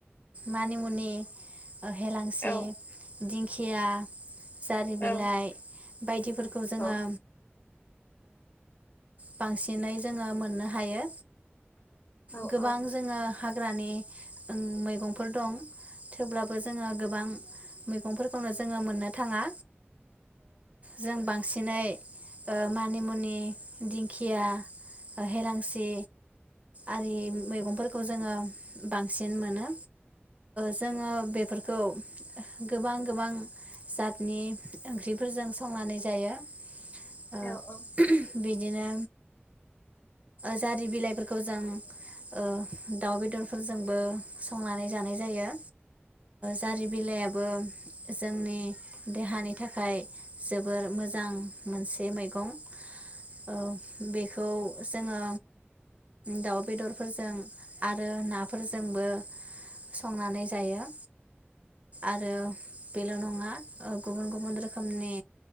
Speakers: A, on the right; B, on the left.
A: मानि मुनि हेेलांसि,
B: औ
A: दिं खिया। जारि बिलाइ
B: औ
A: बायदिफोरखौ जोङो
B: औ
A: बांसिनै जोङो मोननो हायो। गोबां
B: औ
A: जोङो। हाग्रानि मै गंफोर दं थेवब्लाबो जोङो गोबां मैगंफोरखौनो जोङो मोननो थाङा। जों बांसिनै मानि मुनि दिंखिया हेलांसि आरि मैगंफोरखौ जोङो बांसिन मोनो। जोङो बेफोरखौ गोबां गोबां जातनि ओंख्रिफोरजों संनानै जायो। ओ
B: औ औ।
A: बिदिनो। जारि बिलाइफोरखौ जों ओ दाउ बेदरफोरजोंबो संनानै जानाय जायो। जारि बिलाइबो <unintelligible> देहानि थाखाय जोबोद जोबोर मोजां मोनसे मैगं। <unintelligible> ओ बेखौ जोङो दाउ बेदरफोरजों आरो नाफोरजोंबो। संनानै जायो आरो बेल' नङा। <unintelligible> गुबुन गुबुन रोखोमनि